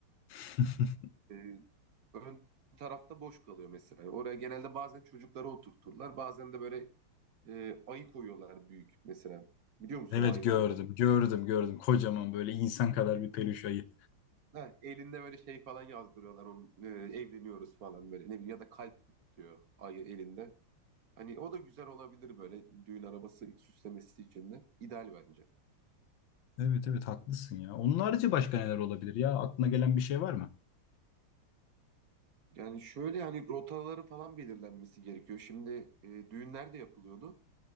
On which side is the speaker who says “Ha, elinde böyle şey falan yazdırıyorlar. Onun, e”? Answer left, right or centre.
Right